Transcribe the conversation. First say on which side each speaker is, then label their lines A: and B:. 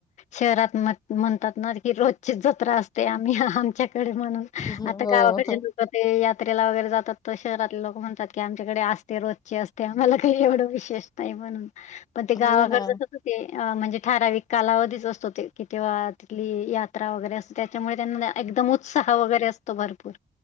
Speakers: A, on the left; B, on the left.
A: शहरात म्हणतात ना की रोजची जत्रा असते आम्ही आमच्या. डे म्हणून
B: हो
A: आता गावाकडे ते यात्रेला वगैरे जातात तर शहरातले लोक म्हणतात की आमच्याकडे असते रोजचे असते आम्हाला काही एवढं विशेष नाहीही म्हणून पण ते
B: हो
A: गावाकड
B: ना
A: ज अस हो ते अ म्हणजे ठराावीिक कालावधीच असतो ते की तेव्हा तिथली यात्रा वगैरे असते त्याच्यामुळे त्यांना एकदम उत्साह वगैरे असतो भरपूर